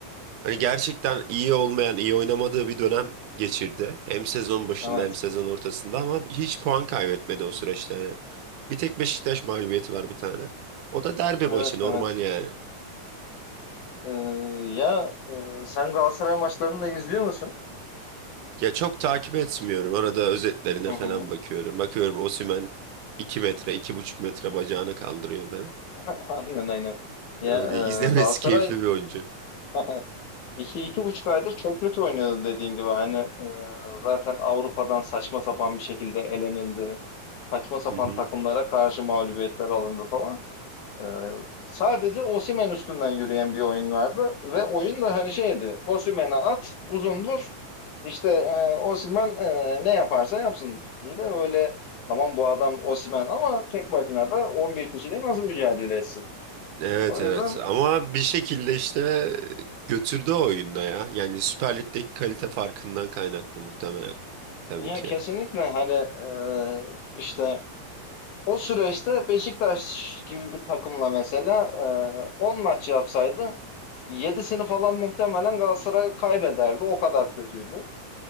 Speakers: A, on the right; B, on the left.
A: Hani gerçekten iyi olmayan, iyi oynamadığı bir dönem geçirdi. Hem sezon başında
B: Evet.
A: hem sezon ortasında ama hiç puan kaybetmedi o süreçte. Yani bir tek Beşiktaş mağlubiyeti var bir tane. O da derbi
B: Evet,
A: maçı normal
B: evet.
A: yani.
B: Eee, ya, eee, sen Galatasaray maçlarını da izliyor musun?
A: Ya çok takip etmiyorum. Arada özetlerine
B: Hı hı.
A: falan bakıyorum. Bakıyorum Osimhen 2 metre, iki buçuk metre bacağını kaldırıyor falan.
B: <laughs> Aynen aynen. Ya
A: Öyle
B: eee,
A: izlemesi
B: Galatasaray
A: <laughs> keyifli bir oyuncu.
B: <laughs> 2 iki buçuk aydır çok kötü oynuyordu dediğin gibi. Hani eee, zaten Avrupa'dan saçma sapan bir şekilde elenildi. Saçma sapan
A: Hı hı.
B: takımlara karşı mağlubiyetler alındı falan. Ee, sadece Osimhen üstünden yürüyen bir oyun vardı ve oyun da hani şeydi. Osimhen'e at, uzun vur. İşte e, Osimhen e, ne yaparsa yapsın. İyi de öyle tamam bu adam Osimhen ama tek başına da 11 kişiyle nasıl mücadele etsin?
A: Evet
B: O
A: evet
B: yüzden
A: ama bir şekilde işte götürdü o oyunda ya. Yani Süper Lig'deki kalite farkından kaynaklı muhtemelen. Tabii
B: ya
A: ki.
B: kesinlikle hani e, işte o süreçte Beşiktaş gibi bir takımla mesela e, 10 maç yapsaydı 7'sini falan muhtemelen Galatasaray kaybederdi. O kadar kötüydü.